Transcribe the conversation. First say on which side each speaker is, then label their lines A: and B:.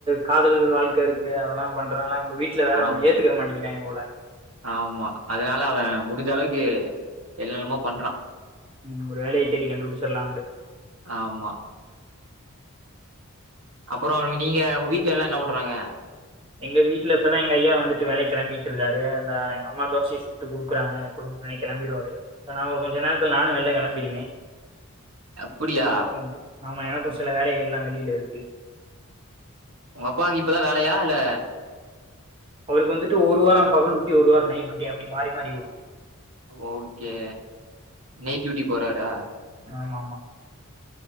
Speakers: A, on the right; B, on the right.
A: காதல் வாழ்க்க இருக்கு அதல்லா பண்றனால அவுங்க வீ ட்ல வேற
B: ஆம்
A: அவன ஏத்துக்குற மாட்டிகிறாங்க போல
B: ஆமா அதனால அவன் முடிஞ்சளவுக்கு என்னென்னமோ பண்றான்
A: ம் ஒரு வேலய தேடி கண்டு புடிச்சரலாம்டு
B: ஆமா அப்பறோ நீங்க உங்க வீட்ல எல்லா என்ன பண்றாங்க
A: எங்க வீட்ல இப்பதா எங்க ஐயா வந்துட்டு வேலக்கு கெளம்பிட்ருக்காரு அந்த எங்கம்மா தோசை சுட்டு குடுக்குறாங்க குடு அ கெளம்பிடுவாரு நா ஒரு கொஞ்ச நேரத்துல நானு வெளில கெளம்பிருவே
B: அப்டியா
A: வணக்கம் ஆமா எனக்கும் சில வேலைகள்லா வெளியில இருக்கு
B: ஒங்கப்பாவுக்கு இப்பதா வேலையா இல்ல
A: அவருக்கு வந்துட்டு ஒரு வார பகல் டூட்டி ஒரு வார நைட் டூட்டி அப்டி மாறி மாறி வரு
B: ஓகே நைட் டியூட்டி போறாரா
A: ஆம் ஆமா